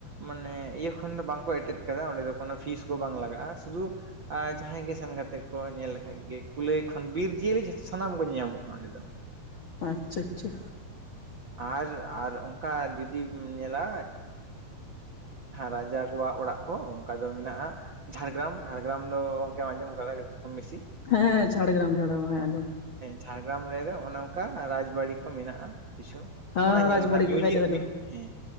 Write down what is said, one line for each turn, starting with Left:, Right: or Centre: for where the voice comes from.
Right: ᱢᱟᱱᱮ ᱤᱭᱟᱹ ᱠᱷᱚᱱ ᱫᱚ ᱵᱟᱝᱠᱚ ᱮᱴᱮᱫ ᱟᱠᱟᱫᱟ ᱚᱸᱰᱮ ᱫᱚ ᱯᱷᱤᱥ ᱠᱚ ᱵᱟᱝ ᱞᱟᱜᱟᱜᱼᱟ ᱥᱩᱫᱩ ᱡᱟᱦᱟᱸᱭ ᱜᱮ ᱥᱮᱱ ᱠᱟᱛᱮ ᱠᱚ ᱧᱮᱞ ᱞᱮᱠᱷᱟᱱ ᱜᱮ ᱠᱩᱞᱟᱹᱭ ᱠᱷᱚᱱ ᱵᱤᱨ ᱡᱤᱭᱟᱹᱞᱤ ᱡᱤᱭᱟᱹᱞᱤ ᱥᱟᱱᱟᱢ ᱠᱚ ᱧᱟᱢᱚᱜᱼᱟ ᱚᱸᱰᱮ ᱫᱚ
Left: ᱟᱪᱪᱷᱟ ᱟᱪᱪᱷᱟ
Right: ᱟᱨ ᱟᱨ ᱚᱱᱠᱟ ᱡᱚᱫᱤᱢ ᱧᱮᱞᱟ ᱨᱟᱡᱟ ᱠᱚᱣᱟᱜ ᱚᱲᱟᱜ ᱠᱚ ᱚᱱᱠᱟ ᱫᱚ ᱢᱮᱱᱟᱜᱼᱟ ᱡᱷᱟᱲᱜᱨᱟᱢ ᱡᱷᱟᱲᱜᱨᱟᱢ ᱫᱚ ᱚᱱᱠᱮᱢ ᱟᱸᱡᱚᱢ ᱟᱠᱟᱫᱟ ᱠᱚᱢ ᱵᱤᱥᱤ
Left: ᱦᱮᱸ ᱡᱷᱟᱲᱜᱨᱟᱢ ᱡᱷᱟᱲᱜᱨᱟᱢ ᱦᱮᱸ ᱟᱸᱡᱚᱢ
Right: ᱡᱷᱟᱲᱜᱨᱟᱢ ᱨᱮᱫᱚ ᱚᱱᱮ ᱚᱱᱠᱟ ᱨᱟᱡᱽ ᱵᱟᱲᱤ ᱠᱚ ᱢᱮᱱᱟᱜᱼᱟ ᱠᱤᱪᱷᱩ
Left: ᱦᱮᱸ
Right: ᱚᱱᱟ ᱧᱮᱞ
Left: ᱨᱟᱡᱽᱵᱟᱲᱤ
Right: ᱨᱮᱱᱟᱜ ᱢᱤᱭᱩᱡᱤᱠ
Left: ᱠᱚ ᱠᱷᱟᱡ ᱫᱚ ᱠᱷᱟᱡ
Right: ᱢᱤᱫ
Left: ᱫᱚ
Right: ᱦᱮᱸ